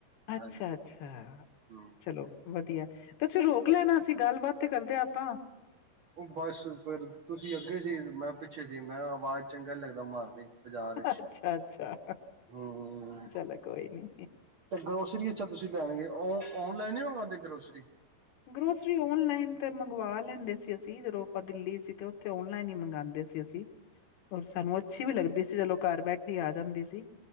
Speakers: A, on the left; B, on the right.
A: ਅੱਛਾ-ਅੱਛਾ,
B: ਹਾਂਜੀ ਹੂੰ
A: ਚਲੋ। ਵਧੀਆ, ਤੁਸੀ ਰੋਕ ਲੈਣਾ ਸੀ, ਗੱਲਬਾਤ ਤੇ ਕਰਦੇ ਆਪਾਂ।
B: ਉਹ ਬਸ ਫਿਰ, ਤੁਸੀਂ ਅੱਗੇ ਸੀ ਮੈਂ ਪਿੱਛੇ ਸੀ ਮੈਂ ਕਿਹਾ ਅਵਾਜ਼ ਚੰਗਾ ਨੀ ਲੱਗਦਾ ਮਾਰਨੀ। ਬਾਜ਼ਾਰ ਵਿੱਚ
A: ਅੱਛਾ-ਅੱਛਾ
B: ਹੂੰ
A: ਚਲੋ, ਕੋਈ ਨੀ।
B: ਤੇ ਗ੍ਰੋਸਰੀ ਅੱਛਾ ਤੁਸੀਂ ਲੈਣ ਗਏ, ਉਹ ਔਨਲਾਈਨ ਨੀ ਮੰਗਾਂਦੇ ਗ੍ਰੋਸਰੀ।
A: ਗ੍ਰੋਸਰੀ ਓਨਲਾਈਨ ਤੇ ਮੰਗਵਾ ਲੈਂਦੇ ਸੀ ਅਸੀਂ, ਜਦੋਂ ਆਪਾਂ ਦਿੱਲੀ ਸੀ ਤੇ ਉੱਥੇ ਓਨਲਾਈਨ ਹੀ ਮੰਗਾ ਸੀ ਅਸੀ, ਓਰ ਸਾਨੂੰ ਅੱਛੀ ਵੀ ਲੱਗਦੀ ਸੀ, ਚਲੋ ਘਰ ਬੈਠੇ ਈ ਆ ਜਾਂਦੀ ਸੀ।